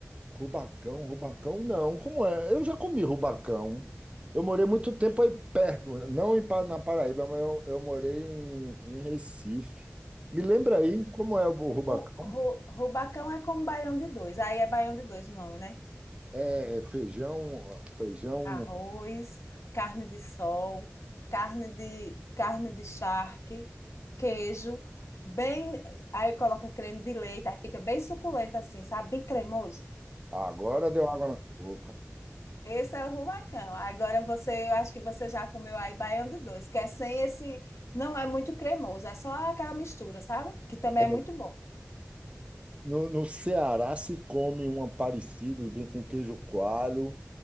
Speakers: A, on the right; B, on the left.
A: rubacão, rubacão não. Como é? Eu já comi rubacão. Eu morei muito tempo aí perto, não em Pa- na Paraíba, mas eu, eu morei em, em Recife. Me lembra aí como é o rubacão?
B: Ru, ru- rubacão é como baião de dois. Aí é baião de dois o nome, né?
A: É feijão, feijão.
B: Arroz, carne de sol, carne de, carne de charque, queijo, bem. Aí coloca creme de leite, aí fica bem suculento assim, sabe? Bem cremoso.
A: Agora deu água na boca.
B: Esse é o rubacão. Agora você, eu acho que você já comeu aí baião de dois, que é sem esse, não é muito cremoso, é só aquela mistura, sabe? Que também
A: É,
B: é muito bom.
A: No, no Ceará se come um parecido, bem com queijo coalho.